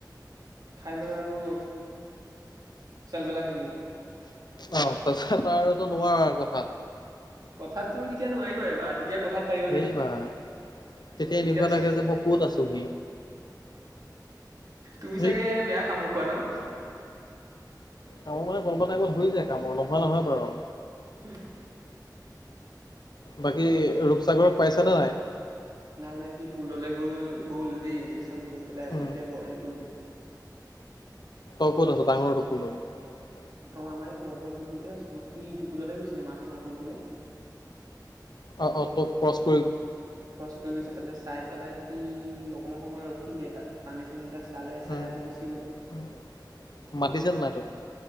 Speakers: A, on the right; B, on the left.
A: খাই লৈ আৰু চেলবেলাই থাকিব
B: অ তাৰপিছত আৰু নোৱাৰ আৰু কথাত
A: কথাত তুমি তেতিয়া নোৱাৰিবা তেতিয়া কথাত পাৰিবানে
B: হেৰি বা তেতিয়া এনেকুৱা
A: তেতিয়াত
B: লাগে
A: চব
B: যে মই ক'ত আছোহি
A: তুমি
B: সেই
A: চাগে বেয়া কামোৰ খোৱা ন
B: কামোৰ মানে বন্ধ টাইমত হৈ যায় কামোৰ নোহোৱা নহয় বাৰু
A: উম
B: বাকী ৰূপসাগৰক পাইছা নে নাই
A: নাই নাই সি পুললৈ গৈ গ'ল দেই তাৰপিছত গৈ পেলাই
B: উম,
A: আকৌ এতিয়া ঘৰলে গ'ল দেই
B: ত আছে ডাঙৰ কুলত
A: অ আমাৰ এই ঘৰৰ ওচৰৰ পুলটোতে আছো মই সি ইটো পুললে গৈছিলে মাছ মৰা পুলটোলৈ
B: অ অ তোক প্ৰশ্
A: খৰচ কৰি গৈছে তাতে চাই পেলাই সি অকমান সময় ৰখিলে তাত পানী চানী বিলাক চালে চাই
B: উম,
A: আকৌ গুচি গল
B: উম। মাতিছে নে নাই তোক?